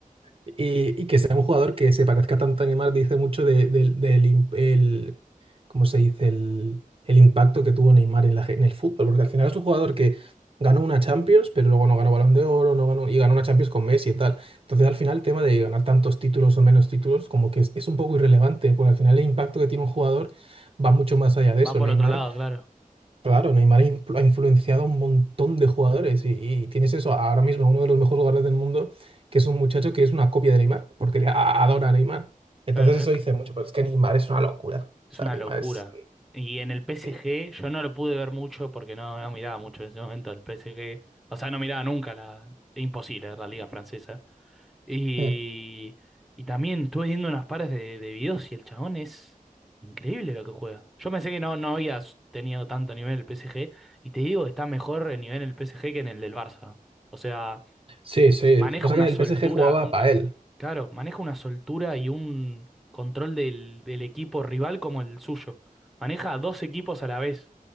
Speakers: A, on the right (about 40°); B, in the centre.
A: y, y que sea un jugador que se parezca tanto a Neymar dice mucho de- del, del im- el, ¿cómo se dice? El, el impacto que tuvo Neymar en, la, ge- en el fútbol, porque al final es un jugador que ganó una Champions, pero luego no ganó Balón de Oro, no ganó, y ganó una Champions con Messi y tal. Entonces al final el tema de ganar tantos títulos o menos títulos como que es, es un poco irrelevante, porque al final el impacto que tiene un jugador va mucho más allá de eso.
B: Va por
A: Neymar
B: otro lado, claro.
A: Claro, Neymar ha influ- ha influenciado a un montón de jugadores y, y tienes eso ahora mismo, uno de los mejores jugadores del mundo, que es un muchacho que es una copia de Neymar, porque le a- adora a Neymar. Entonces
B: Claro,
A: eso
B: es,
A: dice mucho, pero es que Neymar es una locura.
B: es
A: O sea,
B: una
A: Neymar
B: locura.
A: es...
B: Y en el PSG
A: Sí,
B: yo no lo pude ver mucho porque no, no miraba mucho en ese momento el PSG. O sea, no miraba nunca la... Imposible, la liga francesa. Y,
A: Mm.
B: y también estuve viendo unas pares de, de videos y el chabón es increíble lo que juega. Yo pensé que no, no había s- tenido tanto nivel el PSG y te digo, que está mejor el nivel en el PSG que en el del Barça. O sea,
A: sí. sí.
B: maneja
A: Lo que pasa
B: una
A: es que en
B: soltura,
A: el PSG jugaba para él.
B: Claro, maneja una soltura y un control del, del equipo rival como el suyo. Maneja a dos equipos a la vez